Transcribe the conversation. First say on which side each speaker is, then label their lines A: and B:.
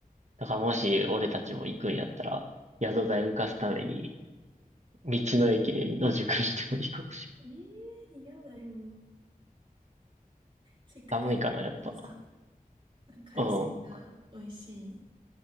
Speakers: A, on the right; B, on the right.
A: だからもし俺たちも行くんやったら、宿代浮かすために、道の駅で野宿してもいいかもしれ
B: ええー嫌だよ。せっかく行くんやったらさ、
A: ない。寒いかな、やっぱ。
B: なんか海鮮が美味しい
A: う